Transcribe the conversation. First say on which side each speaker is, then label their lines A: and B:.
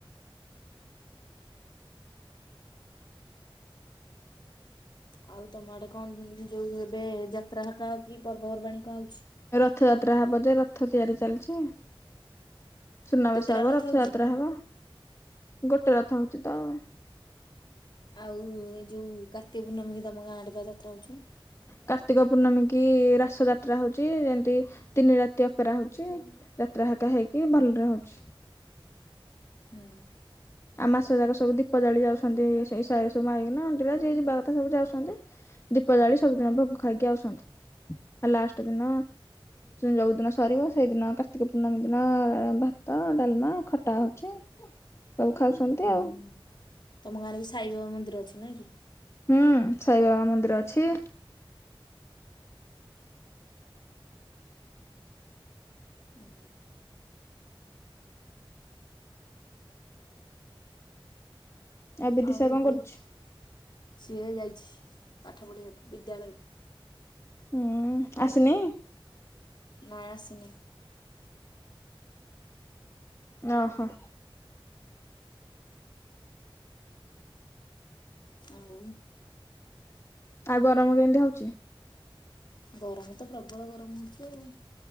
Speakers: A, on the left (about 30°); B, on the left (about 55°).
A: <inaudible>
B: ଆଉ ତମ ଆଡେ କଣ ଯୋଉ ଏବେ ଯାତ୍ରା ହାକା କି ପର୍ବପର୍ବାଣି କଣ ହଉଛି?
A: ରଥଯାତ୍ରା ହବ ଯେ ରଥ ତିଆରି ଚାଲିଛି। ସୁନାବେଶ
B: କେତେଟା
A: ହବ
B: ରଥ
A: ରଥଯାତ୍ରା
B: ହଉଛି?
A: ହବ ଗୋଟେ ରଥ ହଉଛି ତ ଆଉ।
B: ଆଉ ଏ ଯୋଉ କାର୍ତ୍ତିକ ପୂର୍ଣ୍ଣମୀ କି ତମ ଗାଁ ଆଡେ ଯାତ୍ରା ହଉଛି।
A: କାର୍ତ୍ତିକ ପୂର୍ଣ୍ଣମୀ କି ରାସ ଯାତ୍ରା ହଉଛି ଯେମତି ତିନି ରାତି ଅପେରା ହଉଛି ଯାତ୍ରାକା ହେଇକି ଭଲ। ବାହଚ
B: ହୁଁ
A: ଆଉ ମାସେ ଯାକ ସବୁ ଦୀପ ଜାଳି ଯାଉଛନ୍ତି ସେଇ ସାଇର ସବୁ ମାଇକିନା ଅଣ୍ଡିରା ଯିଏ ଯିବା କଥା ସବୁ ଯାଉଛନ୍ତି। ଦୀପ ଜାଳି ସବୁଦିନ ଭୋଗ ଖାଇକି ଆସୁଛନ୍ତି। ଆ ଲାଷ୍ଟ ଦିନ ଯୋଉଦିନ ସରିବ ସେଇଦିନ କାର୍ତ୍ତିକ ପୂର୍ଣ୍ଣମୀ ଦିନ ଭାତ ଡାଲମା ଖଟା ହଉଛି। ସବୁ ଖାଉଛନ୍ତି
B: ହୁଁ
A: ଆଉ।
B: ତମ ଗାଁରେ ବି ସାଇବାବା ମନ୍ଦିର ଅଛି ନା କି?
A: ହୁଁ ସାଇବାବା ମନ୍ଦିର ଅଛି।
B: ହୁଁ
A: ବିଦିଶା
B: ଆଉ
A: କଣ
B: ଏବେ
A: କରୁଛି?
B: ସିଏ ଯାଇଛି। ପାଠ ପଢ଼ିବାକୁ ବିଦ୍ୟାଳୟକୁ
A: ହୁଁ ଆସିନି।
B: ନାଇଁ ଆସିିନି।
A: ଓ ହୋ
B: ଆଉ
A: ଆଉ ଗରମ କେମିତି ହଉଛି?
B: ଗରମ ତ ପ୍ରବଳ ଗରମ ହଉଛି ଆଉ।